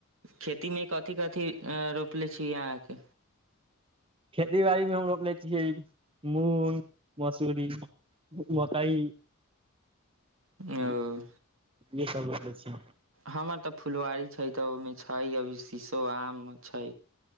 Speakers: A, on the right; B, on the right.
A: खेतीमे कथी कथी अ रोपले छी अहाँके
B: खेती बाड़ी मे हम रोपले छियै मूंग मसूरी मकइ इहे
A: ओ
B: सब रोपले छियै
A: हमर तऽ फुलवारी छै तऽ ओहिमे छै अभी शीशो आम छै